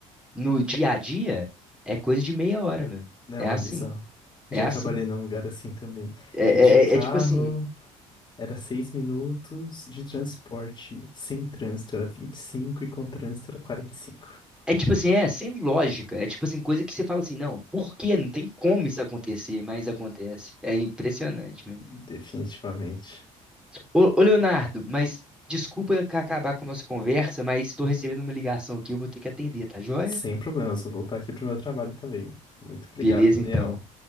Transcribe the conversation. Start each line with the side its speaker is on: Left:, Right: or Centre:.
Centre: No dia a dia é coisa de meia hora mesmo.
Left: Não,
Centre: É assim,
Left: é bizarro. Eu
Centre: é
Left: já
Centre: assim.
Left: trabalhei num lugar assim também,
Centre: é é-
Left: que de carro.
Centre: é é tipo assim.
Left: Era seis minutos de transporte. Sem trânsito era vinte e cinco e com trânsito era quarenta e cinco
Centre: É tipo assim, é sem lógica. É tipo assim, coisa que você fala assim, não, por quê? Não tem como isso acontecer, mas acontece. É impressionante, mesmo.
Left: Definitivamente.
Centre: Ô, ô, Leonardo, mas desculpa ca- acabar com a nossa conversa, mas estou recebendo uma ligação aqui, eu vou ter que atender, tá joia?
Left: Sem problemas, vou voltar aqui pro meu trabalho também. Muito obrigado,
Centre: Beleza,
Left: Daniel.
Centre: então.